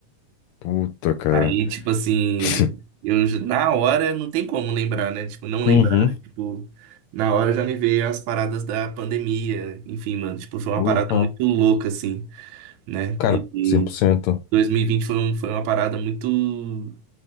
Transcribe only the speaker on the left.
Puta, cara.
<laughs>
Uhum,
Porra.
Cara,
cem por
cento.